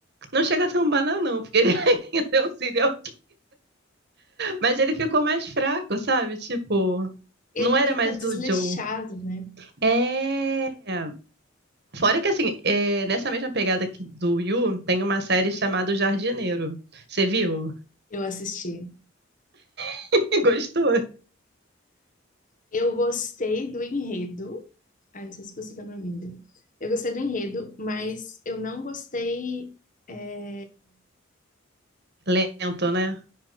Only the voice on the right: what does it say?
Não chega a ser um bananão, porque ele <laughs> ainda é um serial. Mas ele ficou mais fraco, sabe? Tipo,
não era
mais
o Joe.
É. Fora que, assim, é, nessa mesma pegada que do Yu, tem uma série chamada O Jardineiro. Você viu?
<laughs> Gostou?
Lento, né?